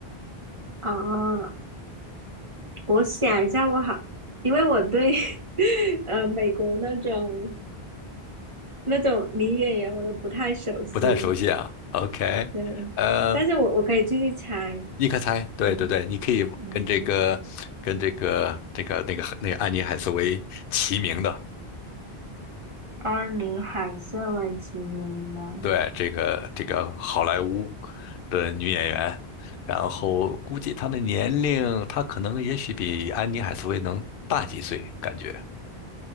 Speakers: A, on the right; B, on the left.
A: 哦，我想一下，我好，因为我对 <laughs> 呃美国那种。那种女演员我都不太熟悉，
B: 不太熟悉啊。OK，
A: 对，
B: 呃，
A: 但是我我可以继续猜，
B: 你可猜？对对对，
A: 嗯，
B: 你可以跟这个跟这个这个那个那个安妮海瑟薇齐名的。
A: 嗯，安妮海瑟薇其名呢？
B: 对，这个这个好莱坞的女演员，然后估计她的年龄，她可能也许比安妮海瑟薇能大几岁，感觉。